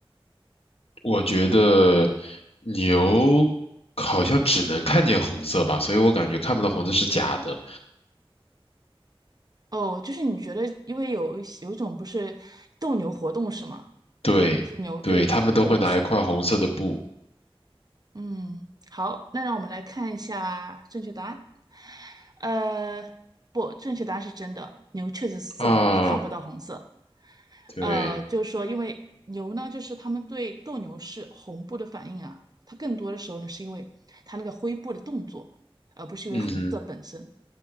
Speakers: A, on the left; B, on the right.
A: 我觉得牛好像只能看见红色吧，所以我感觉看不到红色是假的。
B: 哦，就是你觉得，因为有一有一种不是斗牛活动是吗？
A: 对对，
B: 就是牛对斗牛士。
A: 他们都会拿一块红色的布
B: 嗯，好，那让我们来看一下正确答案。呃，不，正确答案是真的，牛确实是色盲，
A: 啊，
B: 它看不到红色。
A: 对，
B: 呃，就是说，因为牛呢，就是它们对斗牛士红布的反应啊，它更多的时候呢，是因为它那个灰布的动作，而不是因为红色本身。
A: 嗯哼，